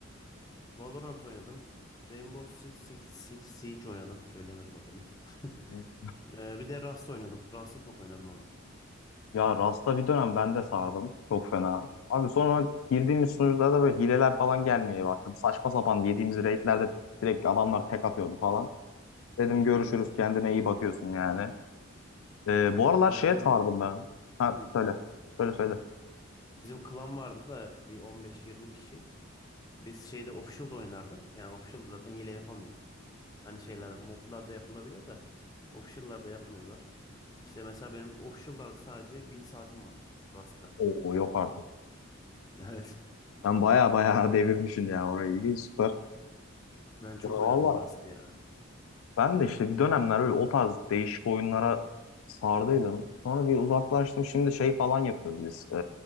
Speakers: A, on the left; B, on the left.
A: Valorant oynadım. Rainbow Six, Six, Six Siege oynadım. Söyleyemedim adını. <laughs>
B: hiç?
A: Eee, bir de Rust oynadım. Rust'ı çok oynadım ama.
B: Ya Rasta bir dönem ben de sardım. Çok fena. Abi sonra girdiğimiz sunucularda da böyle hileler falan gelmeye başladı. Saçma sapan yediğimiz raidlerde direkt adamlar tek atıyordu falan. Dedim görüşürüz
A: Hı hı.
B: kendine iyi bakıyorsun yani. Ee, bu aralar
A: Yok
B: şeye
A: benim
B: sardım ben. Ha
A: hı,
B: söyle. Söyle söyle.
A: bizim klan vardı da bir 15-20 kişi. Biz şeyde official'da oynardık. Yani official'da zaten hile yapamıyorsun. Hani şeyler modlarda yapılabiliyor da official'larda yapmıyorlar. İşte mesela benim official'larda sadece 1000 saatim var Rust'ta.
B: Oo yok artık.
A: <laughs> Evet.
B: Ben baya baya <laughs> devirmişim ya orayı. İyi, süper.
A: Ben çok
B: Ya
A: oynadım
B: valla
A: Rust'ı ya.
B: ben de işte bir dönemler öyle o tarz değişik oyunlara sardıydım. Sonra bir uzaklaştım. Şimdi şey falan yapıyoruz biz. Ee,